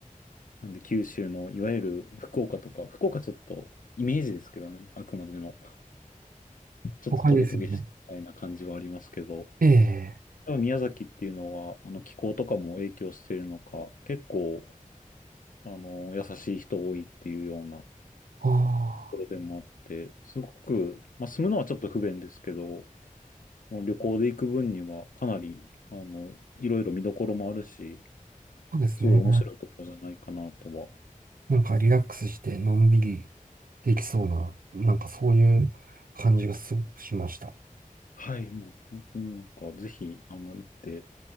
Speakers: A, on the left (about 70°); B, on the right (about 80°).
A: なんで九州の、いわゆる福岡とか、福岡ちょっと、イメージですけどね、あくまでの、ちょっとトゲトゲしいみたいな感じはありますけど、
B: 都会ですよね。
A: やっ
B: ええ、
A: ぱ宮崎っていうのは、あの、気候とかも影響してるのか、結構、あの、優しい人多いっていうようなと
B: ああ、
A: ころでもあって、すごく、まあ、住むのはちょっと不便ですけど、あの旅行で行く分には、かなり、あの、いろいろ見どころもあるし、
B: そうですね。
A: すごい面白いところじゃないかなとは。
B: なんかリラックスしてのんびりできそうな、なんかそういう感じがすごくしました。
A: はい、もう本当になんか、ぜひ、あの、行って、